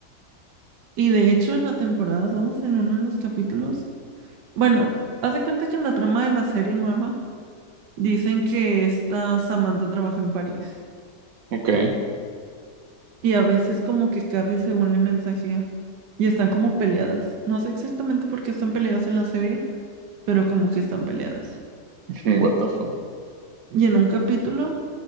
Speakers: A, on the right; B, on the right.
A: Y de hecho, en la temporada 2 en uno de los capítulos, bueno, haz de cuenta que en la trama de la serie nueva dicen que esta Samantha trabaja en París.
B: Ok.
A: Y a veces como que Carrie según le mensajea. Y están como peleadas. No sé exactamente por qué están peleadas en la serie, pero como que están peleadas.
B: What the fuck.
A: Y en un capítulo